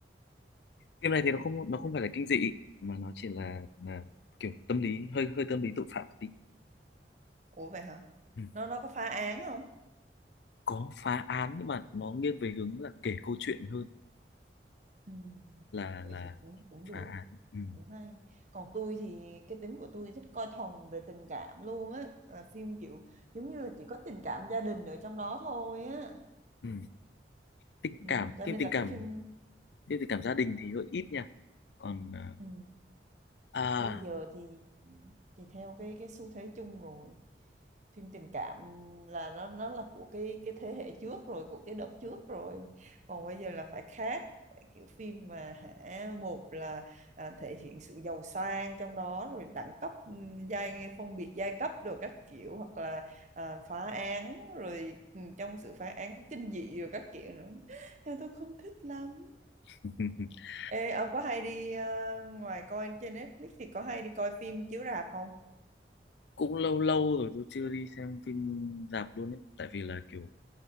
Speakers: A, on the left (about 75°); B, on the right (about 40°).
A: phim này thì nó không nó không phải là kinh dị mà nó chỉ là, là kiểu tâm lý hơi hơi tâm lý tội phạm một tí
B: Ủa vậy hả?
A: Ừ.
B: Nó nó có phá án không?
A: có phá án nhưng mà nó nghiêng về hướng là kể câu chuyện hơn
B: Ừ.
A: là
B: Vậy
A: là
B: thì cũng cũng được
A: phá án ừ.
B: cũng hay còn tôi thì cái tính của tôi thích coi thuần về tình cảm luôn á là phim kiểu giống như là chỉ có tình cảm gia đình ở trong đó thôi á
A: Ừ. tình
B: ừ.
A: cảm
B: cho
A: phim
B: nên
A: tình
B: là
A: cảm
B: cái phim
A: phim tình cảm gia đình thì hơi ít nha còn à
B: ừ.
A: à,
B: bây giờ thì thì theo cái cái xu thế chung rồi phim tình cảm là nó nó là của cái cái thế hệ trước rồi của cái đợt trước rồi còn bây giờ là phải khác phải kiểu phim mà hả một là à, thể hiện sự giàu sang trong đó rồi đẳng cấp ừm, giai phân biệt giai cấp rồi các kiểu hoặc là à, phá án rồi ừm, trong sự phá án có kinh dị rồi các kiểu nữa nhưng mà tôi không thích lắm
A: <laughs>
B: Ê, ông có hay đi ờ, ngoài coi trên Netflix thì có hay đi coi phim chiếu rạp không?
A: cũng lâu lâu rồi tôi chưa đi xem phim rạp luôn ấy tại vì là kiểu